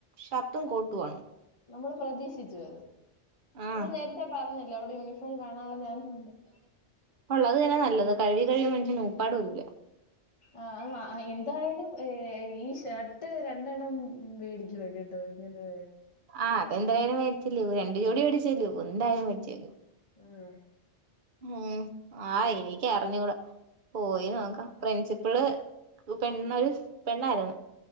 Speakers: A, on the right (about 50°); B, on the left (about 30°).
A: ഷർട്ടും കോട്ടും ആണ്.
B: നമ്മൾ പ്രതീക്ഷിച്ചു.
A: ആഹ്
B: നമ്മള് നേരത്തെ പറഞ്ഞില്ലേ അവിടെ യൂണിഫോ ഇപ്പം കാണാനുള്ള ഞാ <unintelligible>
A: ഉള്ളത്‌ തന്നെ നല്ലത്. കഴുകി കഴിയുമ്പ മനഷ്യന്റെ ഊപ്പാട് ഊരൂല്ല.
B: ആഹ് അത് ആ എന്തായാലും ഏഹ്, ഈ ഷർട്ട് രണ്ടെണ്ണം മേടിക്കുവോ കേട്ടോ ഇങ്ങനെ.
A: ആഹ്, അതെന്തായാലും മേരിച്ചില്ലേ, രണ്ട് ജോടി മേടിച്ചില്ലേ. എന്തായാലും മേടിച്ചേക്കും.
B: ഉം
A: ഉം, ആ എനിക്ക് അറിഞ്ഞുകൂട. പോയി നോക്കാം. പ്രിൻസിപ്പള് പെണ്ണൊരു പെണ്ണായിരുന്നു.